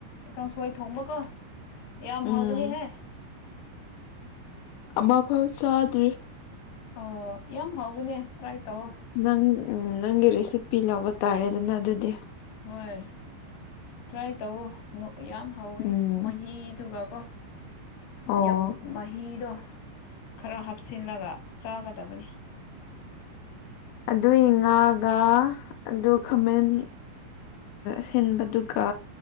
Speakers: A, on the left; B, on the left.
A: ꯀꯥꯡꯁꯣꯏ ꯊꯣꯡꯕꯀꯣ ꯌꯥꯝ
B: ꯎꯝ
A: ꯍꯥꯎꯕꯅꯤ ꯍꯦ
B: ꯑꯃ ꯐꯥꯎ ꯆꯥꯗ꯭ꯔꯤ
A: ꯑꯣ ꯌꯥꯝ ꯍꯥꯎꯕꯅꯦ ꯇ꯭ꯔꯥꯏ ꯇꯧꯋꯣ
B: ꯅꯪ ꯎ ꯅꯪꯒꯤ ꯔꯦꯁꯤꯄꯤ ꯂꯧꯕ ꯇꯥꯔꯦꯗꯨꯅ ꯑꯗꯨꯗꯤ
A: ꯍꯣꯏ ꯇ꯭ꯔꯥꯏ ꯇꯧꯑꯣ ꯌꯥꯝ ꯍꯧꯒꯅꯤ
B: ꯎꯝ
A: ꯃꯍꯤꯗꯨꯒꯀꯣ
B: ꯑꯣ
A: ꯌꯥꯝ ꯃꯍꯤꯗꯣ ꯈꯔ ꯍꯥꯞꯆꯤꯜꯂꯒ ꯆꯥꯒꯗꯕꯅꯤ
B: ꯑꯗꯨꯢ ꯉꯥꯛꯒ ꯑꯗꯨ ꯈꯥꯃꯦꯟ ꯁꯤꯟꯕꯗꯨꯒ